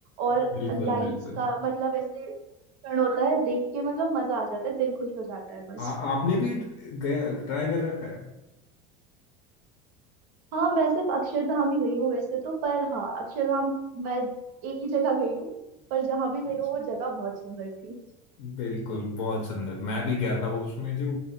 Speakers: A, on the right; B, on the left.
A: और
B: बिल्कुल
A: लाइट्स
B: बिल्कुल
A: का मतलब ऐसे क्षण होता है देख के मतलब मजा आ जाता है दिल खुश हो जाता है बस
B: आ, आपने भी ट्राई कर रखा
A: हाँ मैं सिर्फ अक्षरधाम ही गई हूँ वैसे तो पर हाँ अक्षरधाम मैं एक ही जगह गई हूँ पर जहाँ भी गई
B: है
A: हूँ वो जगह बहुत सुंदर थी
B: बिल्कुल बहुत सुंदर मैं भी गया था वो उसमें जो